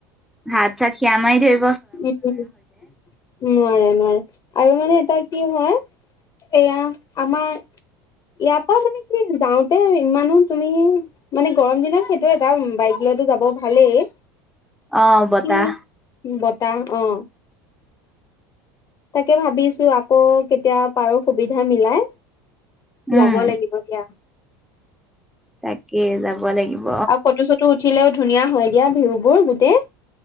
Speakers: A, in the centre; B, on the left.
A: হাত ছাত সিয়া মাৰি ধৰি
B: উম নোৱাৰে-নোৱাৰে। আৰু মানে এটা কি হয় এয়া আমাৰ ইয়াৰ পৰা মানে কি যাওঁতে ইমানো তুমি মানে গৰম দিনত সেইটো এটা বাইক লৈতো যাব ভালেই
A: অ বতাহ।
B: কিন্তু বতাহ অ। তাকে ভাবিছো আকৌ কেতিয়া পাৰো সুবিধা মিলাই।
A: উম।
B: যাব লাগিব দিয়া।
A: তাক কে যাব লাগিব।
B: আৰু ফটো চটো উঠিলেও ধুনীয়া হয় দিয়া ভিউবোৰ গোটেই